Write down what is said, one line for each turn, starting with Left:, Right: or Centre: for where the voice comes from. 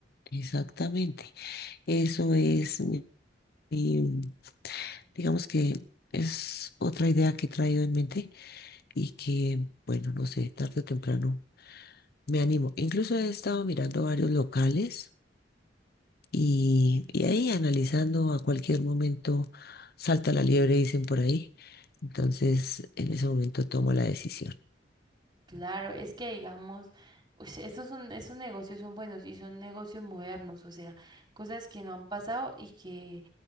Left: Exactamente. Eso es mi, mi- digamos que es otra idea que he traído en mente y que, bueno, no sé, tarde o temprano Me animo. Incluso he estado mirando varios locales y, y ahí analizando a cualquier momento salta la liebre, dicen por ahí. Entonces, en ese momento tomo la decisión.
Right: Claro, es que digamos, pues, estos son, esos negocios son buenos y son negocios modernos, o sea, cosas que no han pasado y que